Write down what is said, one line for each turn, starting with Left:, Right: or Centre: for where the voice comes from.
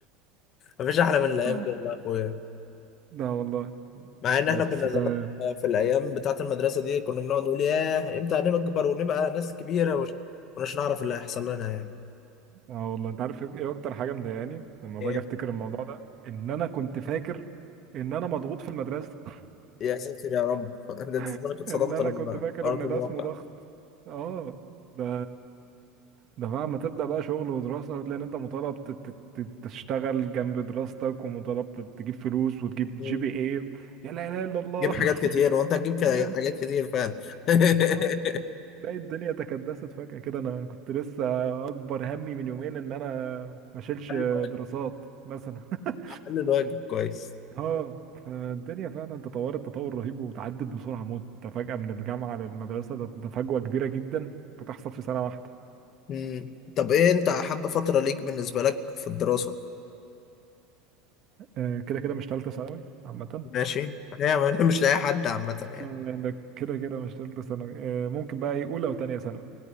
Left: مفيش احلى من الايام
Right: <laughs>
Left: دي والله يا اخويا
Right: لا والله
Left: مع ان
Right: بس
Left: احنا كنا زمان
Right: اه
Left: في الايام بتاعه المدرسه دي كنا بنقعد نقول ياه امتى هنكبر ونبقى ناس كبيره ومش مش نعرف اللي هيحصل لنا يعني
Right: آه والله انت عارف ايه اكتر حاجه مضايقاني لما
Left: ايه
Right: باجي افتكر الموضوع ده ان انا كنت فاكر ان انا مضغوط في المدرسه
Left: يا ساتر يا رب <laughs> ده أنت زمانك
Right: <laughs>
Left: اتصدمت
Right: ان انا
Left: لما
Right: كنت فاكر
Left: ارض
Right: ان
Left: الواقع
Right: ده اسمه ضغط اه ده ده بقى ما تبدأ بقى شغل ودراسة هتلاقي ان انت مطالب ت- ت- ت- تشتغل جنب دراستك ومطالب ت- تجيب فلوس وتجيب جي
Left: <laughs>
Right: بي اي يا لا اله الا الله
Left: جيب حاجات كتير وانت هتجيب
Right: <laughs>
Left: ك-
Right: سلمت
Left: حاجات كتير فعلا <laughs> حل
Right: اه تلاقي الدنيا تكدست فجأة كده انا كنت لسه اكبر همي من يومين ان انا ما اشيلش
Left: الواجب
Right: دراسات مثلا <laughs>
Left: حل الواجب كويس
Right: اه فالدنيا فعلا تطورت تطور رهيب وتعدت بسرعة موت انت فجأة من الجامعة للمدرسة ده ده فجوة كبيرة جدا بتحصل في سنة واحدة
Left: مم. طب ايه انت حابة فترة ليك بالنسبة لك في الدراسة
Right: آه، كده كده مش تالتة ثانوي عامة
Left: ماشي هي <laughs> مش لاقي حد عامة يعني
Right: انك كده كده مش تالتة ثانوي آه، ممكن بقى ايه اولى وتانية ثانوي